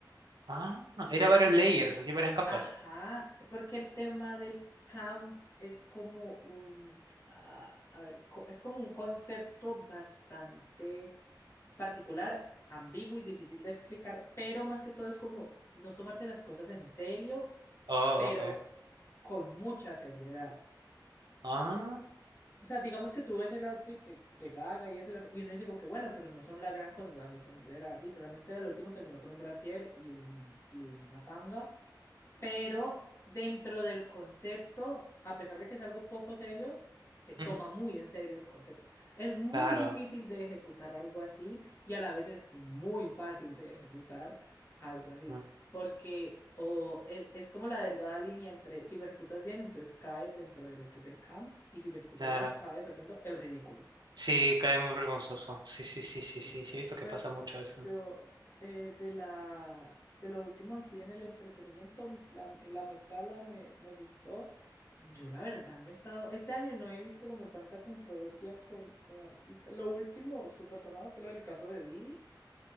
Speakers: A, on the right; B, on the left.
A: Ah, era varios layers, así varias capas.
B: Ajá, porque el tema del camp es como un, ah, a ver, co- es como un concepto bastante particular, ambiguo y difícil de explicar, pero más que todo es como no tomarse las cosas en serio,
A: Oh,
B: pero
A: ok.
B: con mucha seriedad.
A: Ah,
B: O sea, digamos que tú ves el outfit de, de Gaga y eso, y uno dice como que bueno, pero no son la gran cosa, o sea, no son, era literalmente el último terminó con un brasier y un, y una tanga pero dentro del concepto, a pesar de que es algo poco serio, se toma
A: ujú,
B: muy en serio el concepto. Es muy
A: claro,
B: difícil de ejecutar algo así y a la vez es muy fácil de ejecutar algo así,
A: mm,
B: porque o e- es, como la delgada línea entre si lo ejecutas bien, entonces caes dentro de lo que es el camp y si lo ejecutas
A: claro.
B: mal, caes haciendo el ridículo.
A: Sí, cae muy vergonzoso. Sí, sí, sí, sí,
B: Entonces,
A: sí, sí, he visto que
B: pero
A: pasa mucho eso.
B: yo eh, de la de lo último así en el entretenimiento, la, la Met Gala me, me gustó. Yo la verdad no he estado, este año no he visto como tanta controversia con, con artistas. Lo último súper sonado fue lo del caso de Didi.